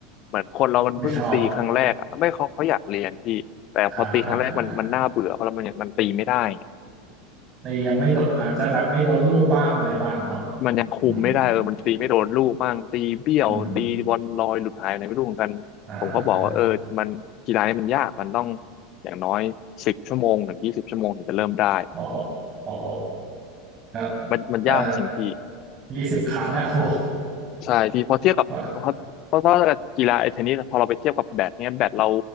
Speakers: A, on the left; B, on the right.
A: เหมือนคนเรามันเพิ่งตีครั้งแรกอะไม่เขาเขาอยากเรียนพี่แต่พอตีครั้งแรกมันมันน่าเบื่อเพราะเรามันยังมันตีไม่ได้ไง
B: ไม่ชอบอ่าอ่าตียังไม่โดนอาจจะแบบไม่โดนลูกบ้างอะไรบ้างเนาะ
A: มันยังคุมไม่ได้เออมันตีไม่โดนลูกบ้างตีเบี้ยวตีบอลลอยหลุดหายอะไรไม่รู้เหมือนกันผมก็บอกว่าเออมันกีฬานี่มันยากมันต้อง
B: อืมอืมอ่า
A: อย่างน้อยสิบชั่วโมงถึงยี่สิบชั่วโมงถึงจะเริ่มได้
B: โอ้โหโอ้โหก็
A: มันมันยากจริงพี่
B: ก็ยี่สิบครั้งอะโอ้โห
A: ใช่พี่พอเทียบกับเพราะเพราะว่ากีฬาไอ้เทนนิสพอเราไปเทียบกับแบดเนี้ยแบดเรา
B: กว่า